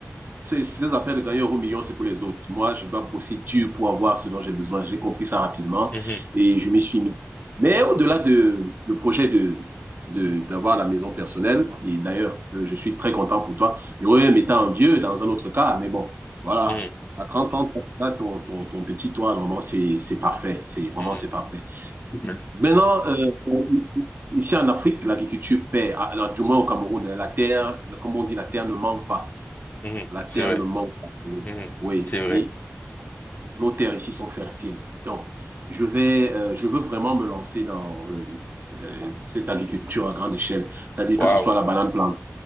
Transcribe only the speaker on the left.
Mhm.
Mhm.
Mhm.
<laughs> Merci.
Mhm.
C'est vrai.
Mhm.
C'est vrai.
Waouh.